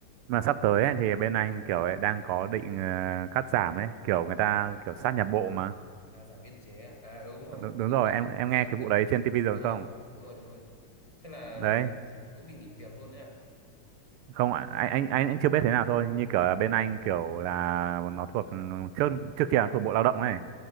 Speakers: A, on the right (about 85°); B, on the left (about 15°).
A: mà sắp tới ấy, thì bên anh kiểu ấy đang có định ờ, cắt giảm ấy kiểu người ta kiểu sát nhập bộ mà
B: à giảm biên chế à, à ừ, đúng rồi
A: đúng,
B: hình
A: đúng
B: như
A: rồi
B: em
A: em em
B: sáp
A: nghe cái
B: nhập
A: vụ đấy trên TV rồi
B: đúng
A: không
B: rồi đúng rồi đúng rồi thế là
A: đấy
B: cũng bị nghỉ việc luôn đấy à
A: không ạ, anh anh anh anh chưa biết thế nào thôi như kiểu là bên anh kiểu là nó thuộc ừ, trước trước kia là thuộc bộ lao động ấy